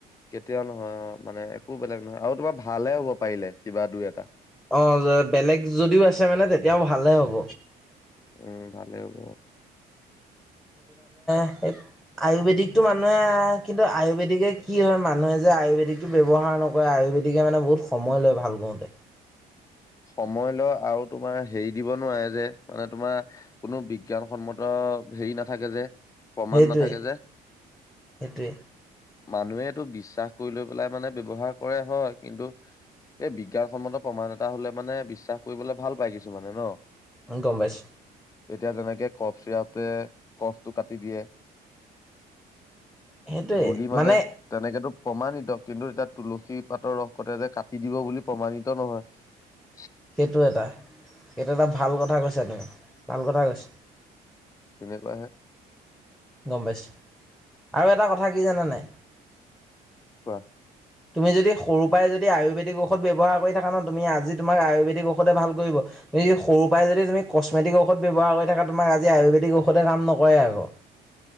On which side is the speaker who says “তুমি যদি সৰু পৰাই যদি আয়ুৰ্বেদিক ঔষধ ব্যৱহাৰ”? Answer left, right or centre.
Centre